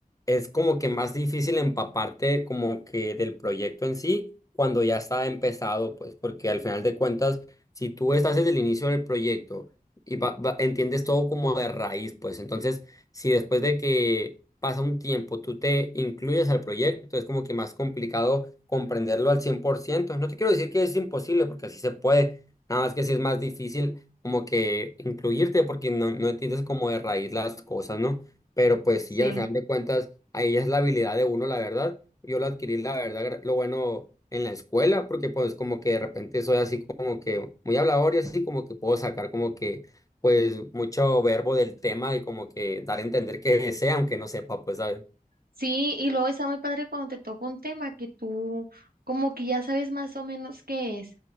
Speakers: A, on the left; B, on the right.
A: es como que más difícil empaparte como que del proyecto en sí cuando ya está empezado, pues porque al final de cuentas, si tú estás desde el inicio del proyecto y va- va- entiendes todo como de raíz, pues entonces si después de que pasa un tiempo tú te incluyes al proyecto, es como que más complicado comprenderlo al 100%. No te quiero decir que es imposible, porque así se puede Nada más que sí es más difícil como que incluirte porque no, no entiendes como de raíz las cosas, ¿no? Pero pues
B: Sí.
A: sí, al final de cuentas, ahí es la habilidad de uno, la verdad. Yo lo adquirí, la verdad, gra- lo bueno en la escuela, porque pues como que de repente soy así como que muy hablador y así como que puedo sacar como que pues mucho verbo del tema y como que dar a entender que sé, aunque no sepa, pues, ¿sabes?
B: Sí, y luego está muy padre cuando te toca un tema que tú como que ya sabes más o menos qué es